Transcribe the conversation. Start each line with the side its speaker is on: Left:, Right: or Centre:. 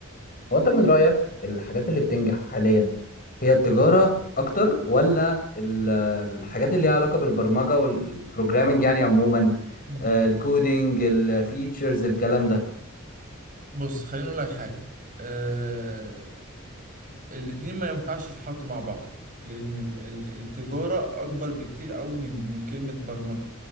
Left: هو انت من رأيك الحاجات اللي بتنجح حاليا هي التجارة اكتر ولا ال- الحاجات اللي ليها علاقة بالبرمجة والبروجرامنج يعني عموما
Right: مم.
Left: آه، الكودينج الفيتشرز الكلام ده
Right: بص خليني اقول لك حاجه آه، الاتنين ما ينفعش يتحطوا مع بعض لأن ال- ال- التجارة أكبر بكتير قوي من من كلمة برمجة